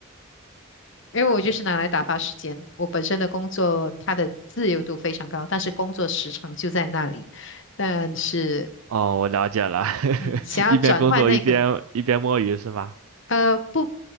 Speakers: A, on the left; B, on the right.
A: 因为我就是拿来打发时间。我本身的工作它的自由度非常高，但是工作时长就在那里。但是，
B: 哦，我了解了，
A: 嗯，
B: <laughs>
A: 想要转换那个。
B: 一边工作一边一边摸鱼是吗？
A: 呃，不，